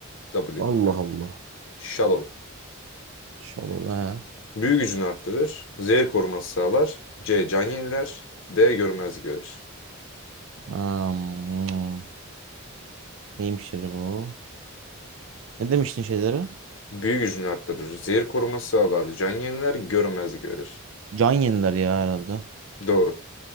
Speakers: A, on the left (about 60°); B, on the right (about 65°).
A: W.
B: Allah
A: Yani.
B: Allah.
A: Shallow.
B: Shallow he.
A: Büyü gücünü arttırır. Zehir koruması sağlar. C. Can yeniler. D. Görmezlik verir.
B: Hmm. Neymiş acaba o? Ne demiştin şeylere?
A: Büyü gücünü arttırır. Zehir koruması sağlar. Can yeniler. Görmezlik verir.
B: Can yeniler ya herhalde.
A: Doğru.